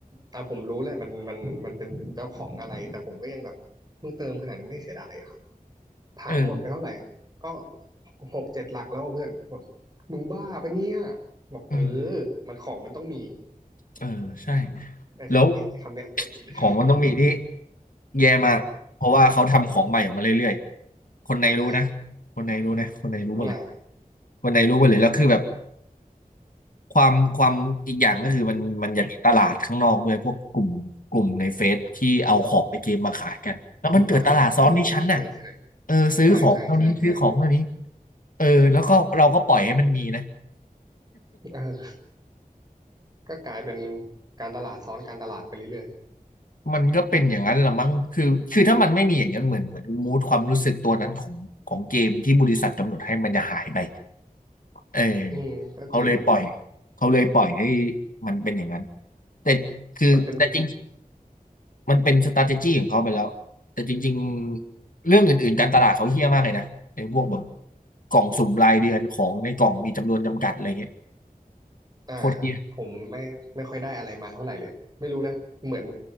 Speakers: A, on the right (about 25°); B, on the left (about 65°).
A: อ่ะผมรู้แหละมันมันมันเป็นเจ้าของอะไรแต่ผมก็ยังแบบมึงเติมขนาดนี้ไม่เสียดายเหรอถามหมดไปเท่าไหร่
B: เออ
A: ก็หกเจ็ดหลักแล้วเพื่อนแบบมึงบ้าปะเนี่ยบอกเออมันของมันต้องมี
B: อืมเออใช่
A: ไอ้คำเนี้ยไอ้คำเนี้ยตัวดีเลย
B: แล้วของมันต้องมีที่แย่มากเพราะว่าเขาทำของใหม่ออกมาเรื่อยๆคนในรู้นะ
A: ใช่
B: คนในรู้นะคนในรู้หมดเลย
A: อ่า
B: คนในรู้หมดเลยแล้วคือแบบความความอีกอย่างก็คือมันมันอยากมีตลาดข้างนอกด้วยพวกกลุ่มกลุ่มในเฟซที่เอาของในเกมมาขายกันแล้วมันเกิดตลาดซ้อนที่ชั้นน่ะ
A: อ่าเออใช่ใช่ใช่
B: เออซื้อของเท่านี้ซื้อของเท่านี้
A: ใช่ใช่ใช่ใช่
B: เออแล้วก็เราก็ปล่อยให้มันมีนะ
A: เออก็กลายเป็นการตลาดซ้อนการตลาดไปเรื่อย
B: มันก็เป็นอย่างนั้นละมั้งคือคือถ้ามันไม่มีอย่างนั้นเหมือนเหมือนมูดความรู้สึกตัวนั้นของของเกมที่บริษัทกำหนดให้มันจะหายไปเออ
A: ๆอืมก็จริง
B: เขาเลยปล่อยเขาเลยปล่อยให้มันเป็นอย่างนั้นแต่คือแต่จริง
A: มันเป็น
B: มันเป็น strategy ของเขาไปแล้วแต่จริงๆเรื่องอื่นๆการตลาดเขาเฮี้ยมากเลยนะในพวกแบบกล่องสุ่มรายเดือนของในกล่องมีจำนวนจำกัดอะไรเงี้ย
A: อ่า
B: โคตรเฮี้ย
A: ผมไม่ไม่ค่อยได้อะไรมาเท่าไหร่เลยไม่รู้นะ เหมือน